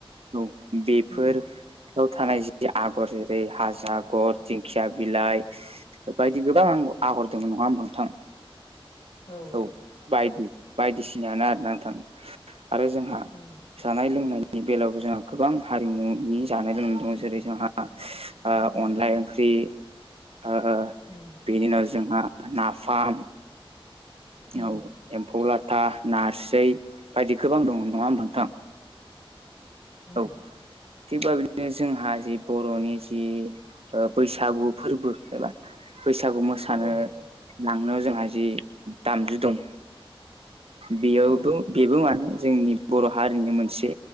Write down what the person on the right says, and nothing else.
औ बेफोर
याव थानाय जि आगर जेरै- हाजो आगर दिंखिया बिलाइ। बायदि गोबां
आं-आगर दङ नङा होमबा नोंथां?
औ बायदि बायदिसिनायानो आरोना थाङो आरो जोंहा
जानाय लोंनायनि बेलायावबो जोंहा गोबां हारिमुनि जानाय लोंनाय दङ जेरै- जोंहा ओ अनला ओंख्रि ओ
बेनि उनाव जोंहा नाफाम।
औ एम्फौ लाथा नारसै बायदि गोबां दङ नङा होमबा नोंथां?
औ। थिगबा बिदिनो जोंहा जि बर'नि जि ओ बैसागु फोर्बो एबा बैसागु मोसानो
लांनो जोंहा जि दामजु दं। बेयावबो
बेबो माने जोंनि बर' हारिनि मोनसे